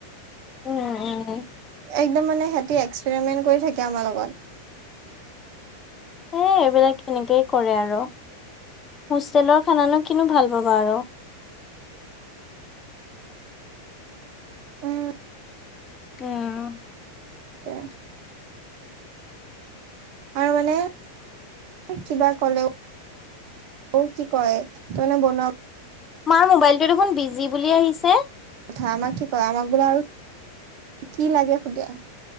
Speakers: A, on the left; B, on the right.
A: উম উম
B: একদম মানে সেতি এক্সপেৰিমেন্ট কৰি থাকে আমাৰ লগত
A: এ এইবিলাক এনেকেই কৰে আৰু হোষ্টেলৰ খানানো কিনো ভাল পাবা আৰু
B: উম
A: উম
B: তে আৰু মানে কিবা ক'লেও। অ কি কয় ত মানে বনোৱা
A: মাৰ মোবাইটো দেখোন বিজি বুলি আহিছে।
B: ঢামা কি কয় আমাক বোলে আৰু কি লাগে সুধে